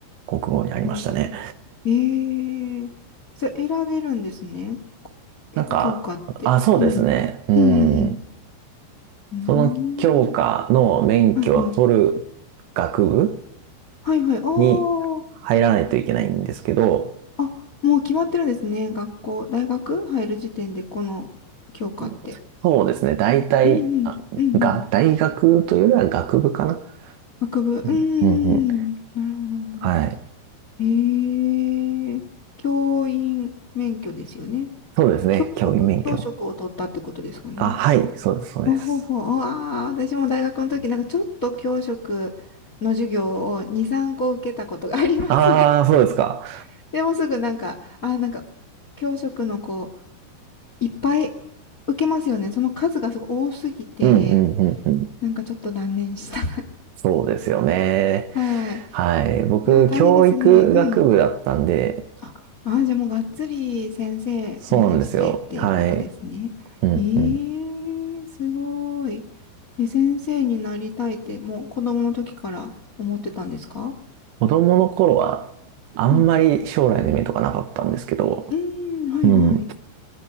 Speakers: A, on the right; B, on the left.
A: 国語になりましたね。
B: うん。へえ。へえ。それ選べるんですね。こえ教科って。
A: なんか、あ、そうですね。
B: うん。
A: うん。
B: うんうんうん。
A: その教科の免許を取る学部
B: うーん。はいはい。はいはい。ああ。
A: に入らないといけないんですけど、
B: あ、もう決まってるんですね。学校、大学入る時点でこの教科って。
A: うんそうですね。大体、
B: うんうん、
A: あ、
B: うんうん。
A: が、大学というよりは学部かな。
B: 学部、うー
A: うん、うん、うん。
B: ん。なるほど、なるほど。
A: はい。
B: へえ。教員免許ですよね。
A: そうですね。
B: 教職、
A: 教員免許。
B: 教職を取ったってことですかね。
A: あ、はい。そうです、そうです。
B: ほうほうほう。ああ、私も大学の時、なんかちょっと教職の授業を2、3個受けたことがあります。
A: ああ、そうですか。
B: <laughs> でもすぐなんか、あーなんか、教職のこいっぱい受けますよね。その数がすごい多すぎて、
A: うん、うん、うん、うん。
B: なんかちょっと断念した。
A: そうですよね。
B: <laughs> はい。
A: はい。僕、
B: いやー、大変ですね。
A: 教育学部だったんで、
B: うん。あ、あー、じゃあもうがっつり先生を目指してっていうことですね。
A: そうなんですよ。はい。うん、
B: えー、
A: うん。
B: すごい。え、先生になりたいって、もう子供の時から思ってたんですか
A: 子供の頃は、あんまり将来の夢とかなかったんですけど、
B: うん。うーん、はいはい。
A: うん。